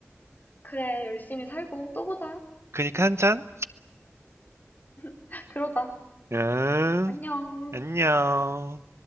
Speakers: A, on the left; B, on the right.
A: 그래, 열심히 살고 또 보자.
B: 그니까 한 잔.
A: <laughs> 그러자.
B: 응,
A: 안녕.
B: 안녕.